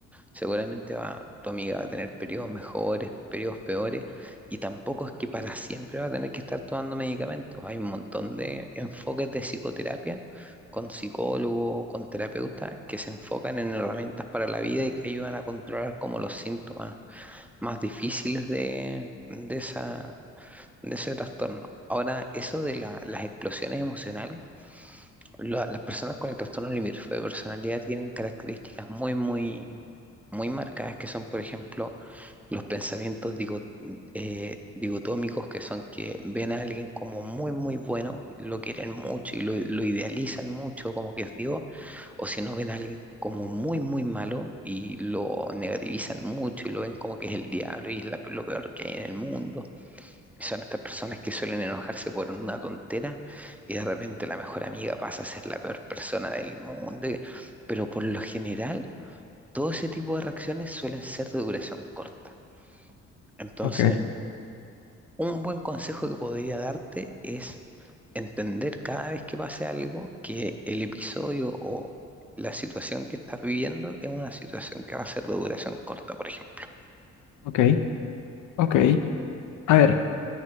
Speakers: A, in the centre; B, on the left.
A: Seguramente va, tu amiga va a tener periodos mejores, periodos peores, y tampoco es que para siempre va a tener que estar tomando medicamentos. Hay un montón de enfoques de psicoterapia con psicólogo, con terapeuta, que se enfocan en herramientas para la vida y que ayudan a controlar como los síntomas más difíciles de, de esa, de ese trastorno. Ahora, eso de la- las explosiones emocionales, la- las personas con el trastorno limítrofe de personalidad tienen características muy, muy, muy marcadas, que son, por ejemplo, los pensamientos digo- eh, digotómicos, que son que ven a alguien como muy, muy bueno, lo quieren mucho y lo, lo idealizan mucho, como que es Dios, o si no ven a alguien como muy, muy malo y lo negativizan mucho y lo ven como que es el diablo y es la- lo peor que hay en el mundo. Son estas personas que suelen enojarse por una tontera y de repente la mejor amiga pasa a ser la peor persona del mundo. y- Pero por lo general, todo ese tipo de reacciones suelen ser de duración corta. Entonces,
B: Ok.
A: un buen consejo que podría darte es entender cada vez que pase algo que el episodio o la situación que estás viviendo es una situación que va a ser de duración corta, por ejemplo.
B: Ok, ok. A ver,